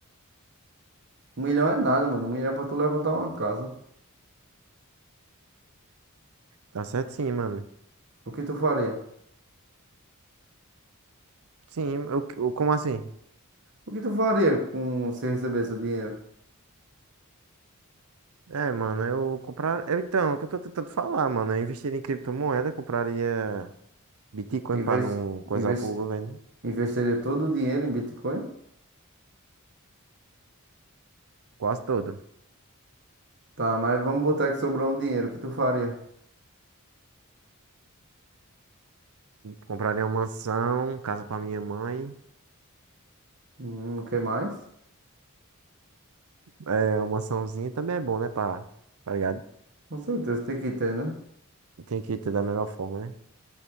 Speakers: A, on the right; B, on the right.
A: um milhão é nada, mano. Um milhão é pra tu levantar uma casa.
B: Tá certo sim, mano.
A: O que tu faria?
B: Sim, eu, eu- como assim?
A: O que tu faria com se recebesse o dinheiro?
B: É, mano, eu comprar. Eu, então, é o que eu tô tentando falar, mano. Eu investiria em criptomoeda, compraria Bitcoin
A: Inves-
B: pra não coisar
A: inves-
B: pro governo.
A: investiria todo o dinheiro em Bitcoin?
B: Quase todo.
A: Tá, mas vamos botar que sobrou um dinheiro. O que tu faria?
B: Compraria uma mansão, casa com a minha mãe.
A: Hum, o que mais?
B: É, uma mansãozinha também é bom, né? Pra, tá ligado?
A: Com certeza tem que ter, né?
B: Tem que ter da melhor forma, né?